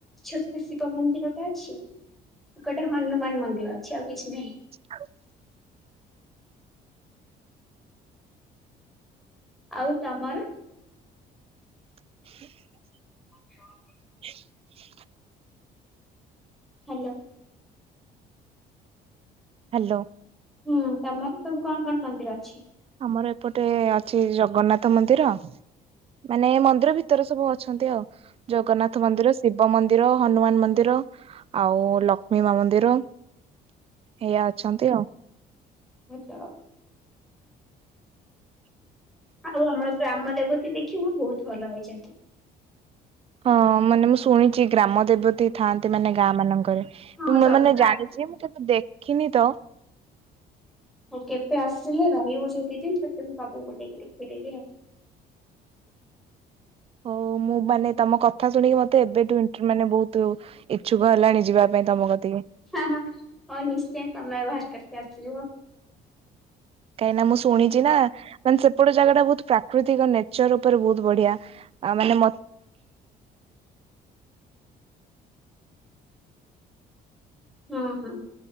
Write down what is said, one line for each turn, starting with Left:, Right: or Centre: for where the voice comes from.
Centre: ଛୋଟ ଶିବ ମନ୍ଦିର ଟା ଅଛି ଗୋଟେ ହନୁମାନ ମନ୍ଦିର ଅଛି ଆଉ କିଛି ନାହିଁ।
Right: ହଉ <inaudible>
Centre: ଆଉ ତମର?
Right: ହ <inaudible>
Centre: ଅା <inaudible>
Right: ହ <inaudible>
Centre: ହ୍ୟାଲୋ।
Right: ହ୍ୟାଲୋ।
Centre: ହୁଁ ତମର ସବୁ କଣ କଣ ମନ୍ଦିର ଅଛି?
Right: ଆମର ଏପଟେ ଅଛି ଜଗନ୍ନାଥ ମନ୍ଦିର। ମାନେ ମନ୍ଦିର ଭିତରେ ସବୁ ଅଛନ୍ତି ଆଉ ଜଗନ୍ନାଥ ମନ୍ଦିର ଶିବ ମନ୍ଦିର ହନୁମାନ ମନ୍ଦିର ଆଉ ଲକ୍ଷ୍ମୀ ମା ମନ୍ଦିର ଏଇଆ ଅଛନ୍ତି ଆଉ।
Centre: ଆଚ୍ଛା <inaudible> ଆଉ ଆମର ଗ୍ରାମ ଦେବତୀ ଦେଖିବୁ ବହୁତୁ ଭଲ ହେଇଛନ୍ତି।
Right: ହଁ ମାନେ ମୁଁ ଶୁଣିଚି ଗ୍ରାମ ଦେବତୀ ଥାଆନ୍ତି ମାନେ ଗାଁ ମାନଙ୍କରେ।
Centre: ହଁ
Right: ମୁଁ
Centre: ସବୁ
Right: ଏମାନେ
Centre: ଗାଁ
Right: ଜାଣିଚି ମୁଁ କେବେ ଦେଖିନି ତ।
Centre: ହଉ କେବେ ଆସିଲେ ରହିବୁ ଯୋଉ ଦିଦିନି ତତେ ମୁଁ ସବୁ ବୁଲେଇକି ଦେଖେଇଦେବି ଆଉ।
Right: ହଉ ମୁଁ ମାନେ ତମ କଥା ଶୁଣିକି ମତେ ଏବେଠୁ ଇନ ମାନେ ବହୁତୁ ଇଚ୍ଛୁକ ହେଲାଣି ଯିବା ପାଇଁ ତମ କତିକି।
Centre: ହ ହ ହଉ ନିଶ୍ଚୟ ସମୟ ବାହାର କରିକି ଆସିବ।
Right: କାଇଁକିନା ମୁଁ ଶୁଣିଚି ନା ମାନେ ସେପଟ ଜାଗା ଟା ବହୁତୁ ପ୍ରାକୃତିକ ନେଚର ଉପରେ ବହୁତ ବଢିଆ। ଆ ମାନେ ମ
Centre: ହଁ ହଁ।